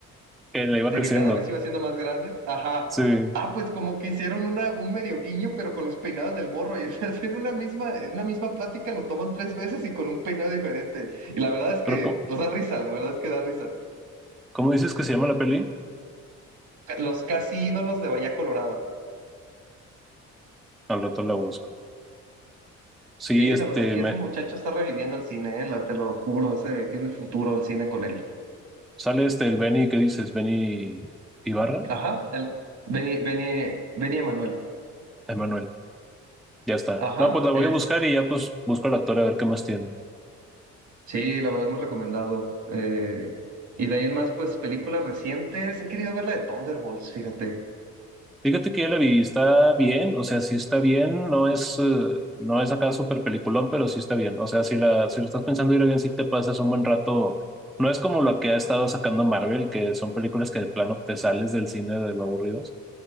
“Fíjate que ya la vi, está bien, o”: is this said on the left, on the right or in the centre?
Centre